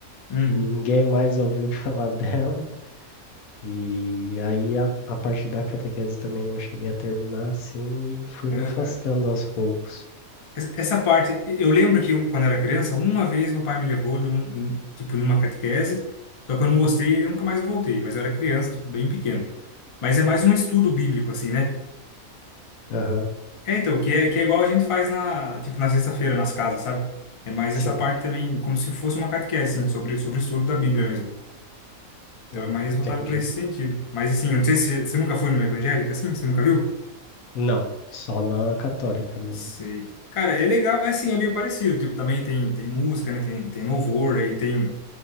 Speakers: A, on the left (about 35°); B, on the left (about 80°).
A: Uhum,
B: ninguém mais ouviu <laughs> falar dela. E aí a, a parte da catequese também não cheguei a terminar assim e fui
A: aham.
B: me afastando aos poucos.
A: Es- Essa parte, eu lembro que eu, quando era criança, uma vez meu pai me levou, num, num- tipo, numa catequese, só que eu não gostei e eu nunca mais voltei, mas eu era criança, tipo, bem pequeno. Mas é mais um estudo bíblico, assim, né?
B: Aham,
A: É, então, que é, que é igual a gente faz na, tipo, na sexta-feira, nas casas, sabe? É mais
B: sim,
A: essa parte também, como se fosse uma catequese, assim, sobre, sobre o estudo da Bíblia mesmo. Então
B: hum,
A: é mais
B: entendi.
A: voltado para esse sentido. Mas assim, eu não sei se você nunca foi numa evangélica assim, você nunca viu?
B: Não, só na católica mesmo.
A: Sei. Cara, é legal, é assim, é meio parecido, tipo, também tem tem música, né? Tem tem louvor, aí tem